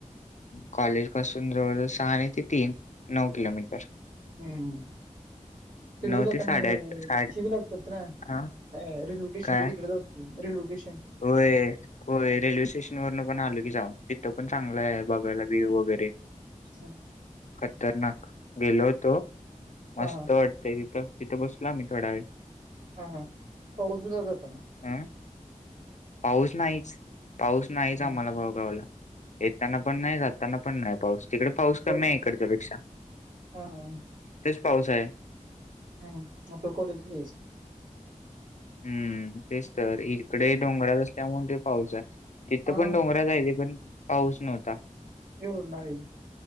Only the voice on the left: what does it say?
कॉलेज पासून जवळ जवळ सहा आणि ते तीन नऊ किलोमीटर.
नऊ ते साडेआठ
साडे
हा
काय?
होय. होय, रेल्वे स्टेशन वरन पण आलो की जाऊन तिथं पण चांगलं आहे. बघायला व्ह्यू वगैरे.
खतरनाक, गेलोतो
मस्त वाटतय तिथं तिथं बसलो आम्ही थोडा वेळ.
अ पाऊस नाहीच, पाऊस नाहीच
आम्हाला बळगावला येताना पण नाही जा ताना पण नाही पाऊस तिकडे
पाऊस कमी आहे इकडच्यापेक्षा.
पाऊस आहे.
हम्म तेच तर, इकडे डोंगराात असल्यामुळे ते पाऊच आहे. तिथं
पण डोंगराचय ते पण पाऊस नव्हता.